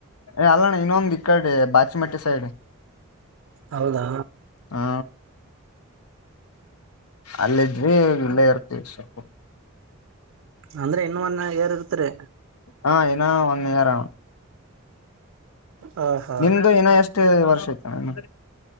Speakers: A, on the left; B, on the right.
A: ಏ ಅಲ್ಲಣ ಇನ್ನೊಂದ್ ಇಕ್ಕಾಡೆ ಬಾಚಿಮೆಟ್ಟಿ ಸ
B: ಹೌದಾ
A: ಹಾ ಅಲ್ಲಿಜ ವಿಲಯರ್ತ ಸಕು
B: ಅಂದ್ರೆ ಇನ್ನು ಮೊನ್ನ ಯಾರ ಇರ್ತಾರೆ
A: ಹಾ ಒನ್ ಇಯರ್
B: ಹ ಹಾ
A: ನಿಮ್ದು ಇನ್ನ ಎಷ್ಟು ವರ್ಷ ಐತಣ್ಣ ಇನ್ನ?